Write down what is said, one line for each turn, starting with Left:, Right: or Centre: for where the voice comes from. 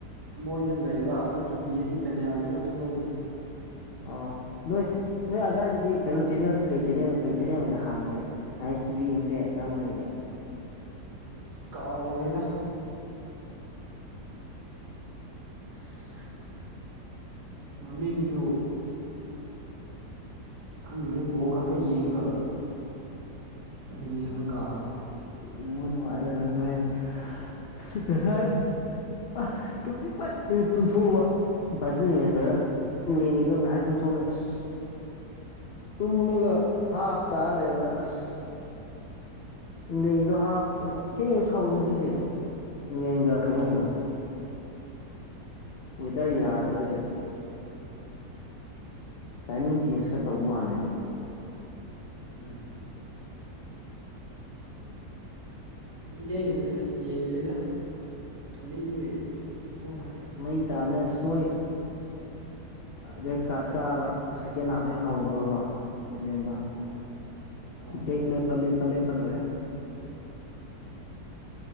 Right: ꯃꯣꯏꯗ ꯂꯩꯕ ꯑꯗꯣ ꯇꯤꯚꯤꯗꯗꯤ ꯆꯦꯟꯅꯜꯗꯨꯅ ꯑꯗꯨꯝ ꯂꯧꯕꯅꯦ
Left: ꯑꯣ ꯅꯣꯏ ꯅꯣꯏ ꯑꯗ꯭ꯋꯥꯏꯗꯗꯤ ꯀꯩꯅꯣ ꯆꯦꯅꯦꯜꯁꯦ ꯀꯩ ꯆꯦ ꯀꯩ ꯆꯦꯅꯦꯜ ꯑꯣꯏꯅ ꯍꯥꯡꯒꯦ ꯑꯩꯥꯏꯁ ꯇꯤꯚ ꯏꯝꯄꯦꯛ ꯀꯔꯝꯕ ꯂꯩꯒꯦ
Right: ꯀꯥꯎꯔꯦꯗ <unintelligible> ꯃꯃꯤꯡꯗꯨꯨ ꯈꯪꯗꯦꯗ ꯕꯣꯔ ꯈꯛꯇ ꯌꯦꯡꯉꯒ ꯑꯗꯨ ꯅꯦꯜꯗ ꯀꯥꯍꯧꯔꯦ
Left: ꯌ‌ꯦꯜꯉꯨ ꯅꯨꯡꯉꯥꯏꯔ <unintelligible> ꯑꯁ ꯀꯁ ꯑꯁ ꯇꯨꯝꯅꯤꯡꯃꯟꯗꯅ ꯇꯨꯝꯊꯣꯛꯑꯕ ꯕ꯭ꯔꯥꯖꯤꯜ ꯃ‌ꯦꯁ ꯂ‌ꯣꯏꯔ ꯏꯪꯂꯦꯟꯒꯤꯗꯣ ꯉꯥꯏꯍꯥꯛ ꯇꯨꯝꯊꯣꯛꯑꯒ‌ꯦ ꯑꯁ ꯇꯨꯝꯃꯒ ꯍꯥꯐ ꯇꯥ ꯂꯩꯔꯝꯃ‌ꯦ ꯑꯁ ꯏꯪꯂꯦꯟꯒꯤꯗꯣ ꯍꯥꯞ ꯀꯩꯅꯣ ꯊꯦꯡꯅꯁꯨ ꯍꯧꯔꯦ ꯉꯁꯤꯁꯦ ꯏꯪꯂꯦꯟꯒ ꯀꯩꯅꯣꯒꯤꯗꯣ
Right: ꯎꯝ
Left: ꯋꯦꯗꯔ ꯌꯥꯗꯕ ꯇꯥꯏꯃꯤꯡ ꯆꯦꯟꯖ ꯈꯔ ꯇꯧꯕ ꯃꯥꯜꯂꯦꯕ
Right: ꯎꯝ ꯏꯪꯂꯦꯟꯗꯨꯗꯤ ꯑꯁ ꯌꯦꯡꯗ꯭ꯔ‌ꯦꯗ ꯇꯨꯝꯅꯤꯡꯕꯒꯤ ꯇꯨꯝꯊꯣꯛꯈ꯭ꯔꯦ
Left: ꯃꯩ ꯇꯥꯕꯅꯦ ꯑꯁ ꯃꯣꯏ ꯔꯦꯠ ꯀꯥꯔꯠ ꯆꯥꯕ ꯁꯦꯀꯦꯟ ꯍꯥꯞ ꯍꯦꯛ ꯍꯧꯕꯒꯀꯣ ꯏꯪꯂꯦꯟꯗ
Right: ꯑꯣ ꯑꯣ
Left: ꯕꯦꯛ ꯂꯦꯞꯄ ꯂꯦꯞꯄ ꯂꯦꯞꯄ ꯂꯣꯏꯔꯦ